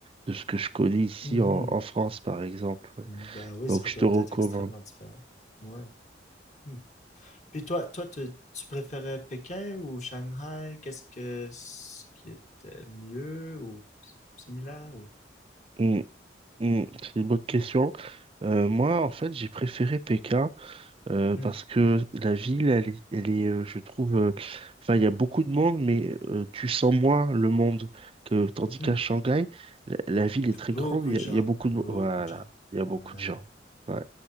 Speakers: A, on the right; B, on the left.
A: de ce que je connais ici
B: Mhm.
A: en, en France, par exemple. ouais.
B: Ben oui,
A: Donc,
B: ça
A: je
B: doit
A: te recommande.
B: être extrêmement différent. Ouais. Hmm. Puis toi, toi, tu, tu préférais Pékin ou Shanghai? Qu'est-ce que ce qui était mieux ou s- similaire ou...
A: Hum, hum, c'est une bonne question. Euh, moi, en fait, j'ai préféré Pékin euh,
B: Hmm.
A: parce que la ville, elle, est, elle est, euh, je trouve, euh, enfin, il y a beaucoup de monde, mais euh, tu sens moins le monde que, tandis
B: Hmm.
A: qu'à Shanghai, la, la ville est
B: Il y a
A: très
B: beaucoup
A: grande, il
B: de
A: y
B: gens,
A: a, il y a beaucoup
B: beaucoup
A: de, voilà,
B: de gens.
A: il y a beaucoup
B: Ouais.
A: de gens. Ouais.